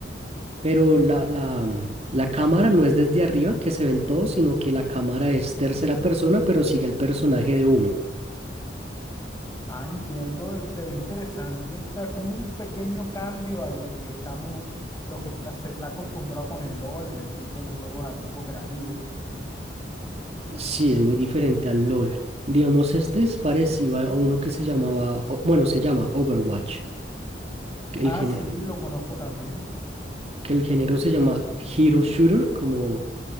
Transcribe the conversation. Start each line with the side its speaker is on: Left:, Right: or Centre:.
Right: pero la, la, la cámara no es desde arriba que se ven todos, sino que la cámara es tercera persona, pero sigue al personaje de uno.
Left: Ah, entiendo, se ve interesante. O sea, como un pequeño cambio a lo que estamos, lo que está, se está acostumbrado con el LOL, del tipo de juegos así cooperativos.
Right: Sí, es muy diferente al LOL. Digamos, este es parecido a a uno que se llamaba, o- bueno, se llama Overwatch, que
Left: Ah,
Right: el género.
Left: sí, lo conozco también.
Right: que el género se llama Hero Shooter, como